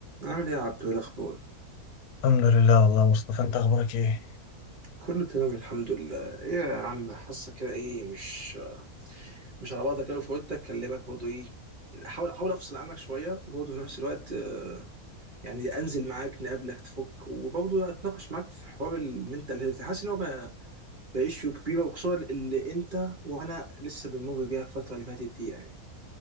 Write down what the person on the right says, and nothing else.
عامل ايه يا عبدو إيه الاخبار
كله تمام الحمد لله ايه يا عم حاسه كده ايه مش مش على بعضك قوي فقلت اكلمك برضه ايه احاول احاول افصل عنك شويه وبرضه في نفس الوقت آه، يعني انزل معاك نقابلك تفك وبرضه اتناقش معاك في حوار المنتال هيلث حاسس ان هو بقى بقى issue كبيره وخصوصا اللي انت وانا لسه بنمر بيها الفتره اللي فاتت دي يعني